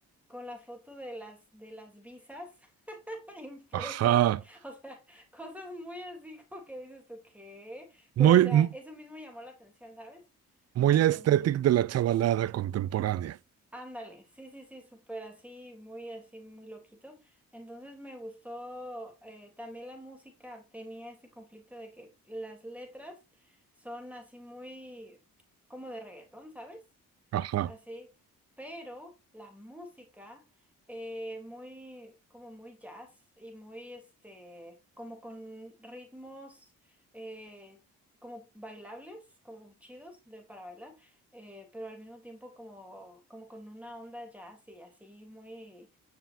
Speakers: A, in the centre; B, on the right (about 45°).
A: con la foto de las de las visas <laughs> impresas,
B: Ajá.
A: o sea, cosas muy así como que dices tú qué, pero
B: Muy,
A: o sea,
B: m-
A: eso mismo llamó la atención, ¿sabes?
B: muy
A: Entonces,
B: estético de la chavalada contemporánea.
A: ándale, sí, sí, sí, súper así, muy así, muy loquito. Entonces me gustó eh, también la música, tenía este conflicto de que las letras son así muy como de reggaetón, ¿sabes?
B: Ajá.
A: así, pero la música eh, muy, como muy jazz y muy, este, como con ritmos eh, como bailables, como chidos de para bailar, eh, pero al mismo tiempo como, como con una onda jazz y así muy,